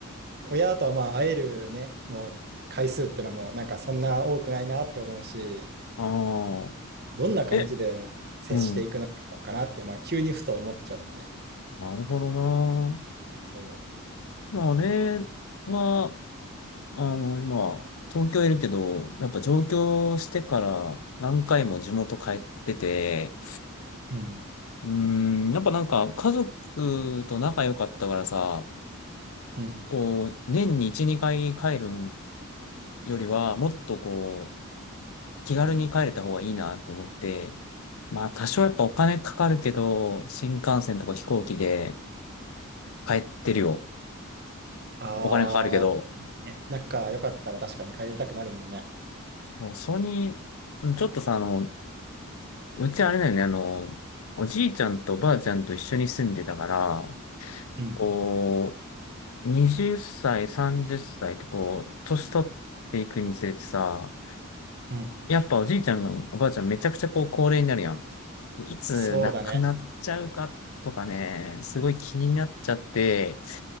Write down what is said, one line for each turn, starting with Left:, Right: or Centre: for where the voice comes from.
Right: 親とはまあ会えるね、もう回数ってのも、なんかそんな多くないなって思うし、
Left: あー。
Right: どんな感じで接していくのがいいのかなって、
Left: え、うん。
Right: まあ急にふと思っちゃって。
Left: なるほどな。
Right: そ
Left: まあ、あれは、あの、今、東京いるけど、やっぱ上京してから何回も地元帰ってて、
Right: う。うん。
Left: うーん、やっぱなんか家族と仲良かったからさ、
Right: うん。
Left: こう、年に1、2回帰るよりは、もっとこう、気軽に帰れた方がいいなと思って、まあ多少やっぱお金かかるけど、新幹線とか飛行機で帰ってるよ。
Right: ああー、
Left: お金かかるけど、
Right: ね、仲良かったら確かに帰りたくなるもんね。
Left: もうそれに、うんちょっとさ、あの、うちあれだよね、あの、おじいちゃんとおばあちゃんと一緒に住んでたから、
Right: うん。
Left: こう、20歳、30歳っさいってこう、年取っていくにつれてさ、
Right: うん。
Left: やっぱおじいちゃん、おばあちゃんめちゃくちゃこう、高齢になるやん。いつ亡くなっちゃうかとかね、
Right: そうだね。
Left: すごい気になっちゃって、